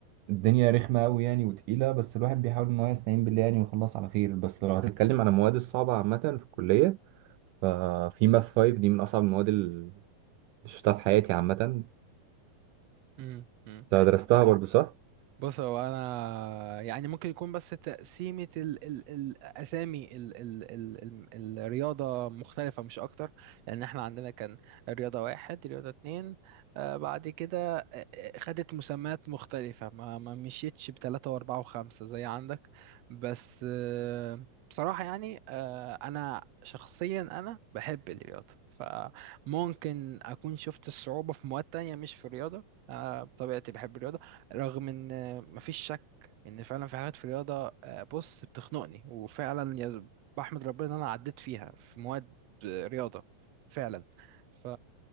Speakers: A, on the right; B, on the right.
A: الدنيا رخمة أوي يعني وتقيلة بس الواحد بيحاول إن هو يستعين بالله يعني ويخلص على خير بس لو هتتكلم عن المواد الصعبة عامة في الكلية ففي ماث 5 دي من أصعب المواد اللي شفتها في حياتي عامة
B: مم. مم.
A: أنت درستها برضو صح؟
B: بص هو انا يعني ممكن يكون بس تقسيمة ال ال الاسامي ال ال ال ال الرياضة مختلفة مش اكتر لان احنا عندنا كان رياضة واحد رياضة اتنين آه بعد كده آه، آه، خدت مسميات مختلفة ما ما مشيتش بتلاتة واربعة وخمسة زي عندك بس آه بصراحة يعني آه انا شخصيا انا بحب الرياضة فممكن اكون شفت الصعوبة في مواد تانية مش في الرياضة آه بطبيعتي بحب الرياضة رغم ان آه، مفيش شك ان فعلا في حاجات في الرياضه آه، بص بتخنقني وفعلا يا بحمد ربنا ان انا عديت فيها في مواد آه، رياضه فعلا ف